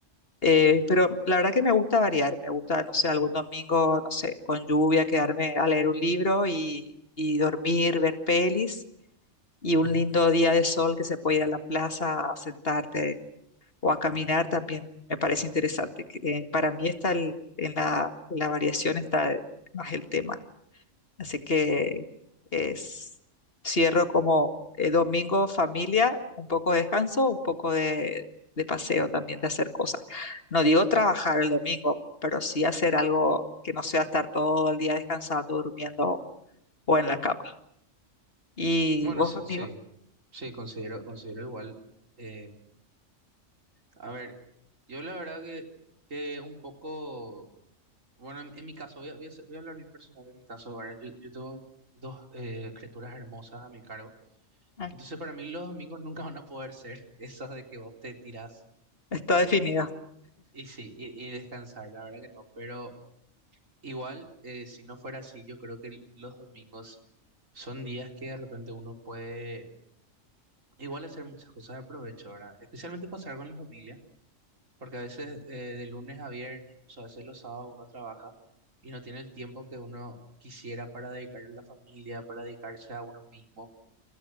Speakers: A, on the left; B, on the right.
A: Eh, pero la verdad que me gusta variar, me gusta, no sé, algún domingo, no sé, con lluvia, quedarme a leer un libro y, y dormir, ver pelis y un
B: ujú.
A: lindo día de sol que se puede ir a la plaza a sentarte o a caminar también me parece interesante. que, eh, para mí está el- en la, en la variación está más el tema. Así que es, cierro como eh, domingo familia, un poco de descanso, un poco de, de paseo también, de hacer cosas. No digo trabajar el domingo, pero sí hacer algo que no sea estar todo el día descansando, durmiendo o en la cama. ¿Y
B: Bueno,
A: vos,
B: sí,
A: amigo?
B: sí, sí, considero, considero igual. eh, a ver, yo la verdad que, que un poco, bueno, en, en mi caso, voy a, voy a, ser- voy a hablar bien personal de mi caso, ¿verdad? Yo, yo tengo dos eh, criaturas hermosas a mi cargo,
A: Ah,
B: entonces para mí los domingos nunca van a poder ser <laughs> esas de que vos te tirás
A: Está definido.
B: Y sí, y, y descansar, la verdad que no, pero igual, eh, si no fuera así, yo creo que el- los domingos son días que de repente uno puede igual hacer muchas cosas de provecho, ¿verdad? Especialmente pasar con la familia, porque a veces eh, de lunes a viernes, incluso a veces los sábados uno trabaja y no tiene el tiempo que uno quisiera para dedicarle a la familia, para dedicarse a uno mismo.